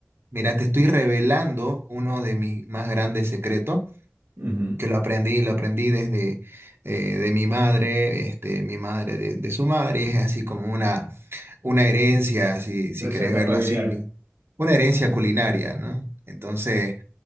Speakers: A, on the right; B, on the right.
A: Mira, te estoy revelando uno de mis más grandes secretos,
B: Ujú.
A: que lo aprendí, lo aprendí desde eh, de mi madre, este, mi madre de, de su madre, y es así como una, una herencia, si, si
B: Receta
A: querés verlo
B: familiar.
A: así, una herencia culinaria, ¿no? Entonces,